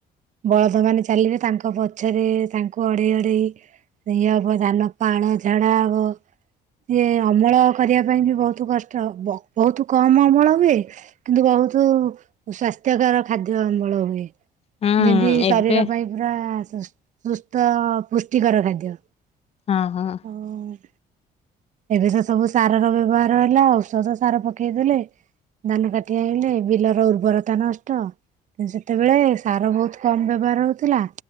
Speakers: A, on the right; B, on the left.
A: ବଳଦ ମାନେ ଚାଲିବେ। ତାଙ୍କ ପଛରେ ତାଙ୍କୁ ଅଡେଇ ଅଡେଇ ଇଏ ହବ ଧାନ ପାଳ ଝାଡା ହବ। ଇଏ ଅମଳ କରିବା ପାଇଁ ବି ବହୁତ କଷ୍ଟ। ବହୁତ କମ ଅମଳ ହୁଏ। କିନ୍ତୁ ବହୁତ ସ୍ଵାସ୍ଥ୍ୟକର ଖାଦ୍ୟ ଅମଳ ହୁଏ।
B: ହୁଁ
A: ଯେମିତି ଶରୀର
B: ଏବେ
A: ପାଇଁ ପୁରା ସୁସ୍ ସୁସ୍ ତ ପୁଷ୍ଟିକର ଖାଦ୍ୟ।
B: ହଁ ହଁ।
A: ଆଉ ଏବେ ତ ସବୁ ସାରର ବ୍ୟବହାର ହେଲା। ଔଷଧ ସାର ପକେଇଦେଲେ ଧାନ କାଟିଆଇଁଲେ ବିଲର ଉର୍ବରତା ନଷ୍ଟ, କିନ୍ତୁ ସେତେବେଳେ ସାର ବହୁତ୍ କମ୍ ବ୍ୟବହାର ହଉଥିଲା।